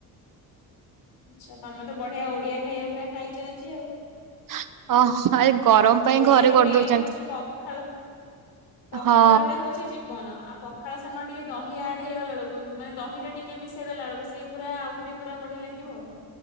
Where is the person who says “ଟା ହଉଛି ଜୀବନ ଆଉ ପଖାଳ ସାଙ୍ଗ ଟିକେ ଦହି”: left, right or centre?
Left